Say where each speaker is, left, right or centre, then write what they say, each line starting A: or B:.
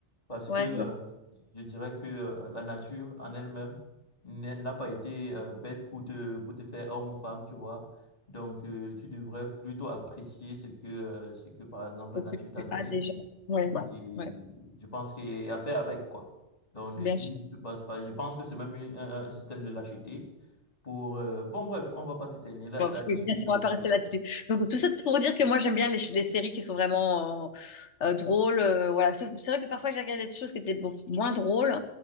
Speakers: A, on the left (about 35°); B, on the left (about 80°).
A: parce
B: Ouais,
A: que euh,
B: non,
A: je dirais que euh, la nature en elle-même n'est- n'a pas été euh, bête pour te, pour te faire homme ou femme, tu vois. Donc, euh, tu devrais plutôt apprécier ce que, euh, ce que, par exemple, la
B: je
A: nature
B: peux
A: t'a
B: plus.
A: donné.
B: ah déjà, ouais, ouais,
A: Et
B: ouais,
A: je pense qu'il y a à faire avec, quoi. Donc, ne
B: bien
A: dis,
B: sûr.
A: tu passes pas. Je pense que c'est même une- un, un système de lâcheté pour... euh, Bon, bref, on va pas s'éteigner là,
B: Ouais,
A: là-dessus,
B: Oui, bien sûr,
A: donc...
B: on va pas rester
A: euh,
B: là-dessus. Donc, tout ça pour dire que moi, j'aime bien les, ch- les séries qui sont vraiment euh, euh, drôles. euh, voilà. Sauf- C'est vrai que parfois, j'ai regardé des choses qui étaient beaucoup moins drôles,